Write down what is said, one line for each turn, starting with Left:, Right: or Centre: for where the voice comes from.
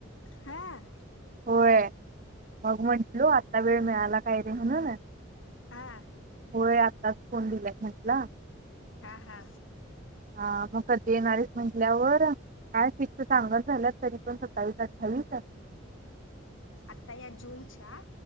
Left: हम्म
Right: होय मग म्हंटलो आता वेळ मिळाला काय रे म्हणून
Left: हा
Right: होय आत्ताच फोन दिल्यात म्हटला
Left: हा हा
Right: ह मग कधी येणारेस म्हटल्यावर काय फिक्स सांगना झाल्यात तरी पण सत्तावीस अठ्ठावीस
Left: आत्ता ह्या जूनच्या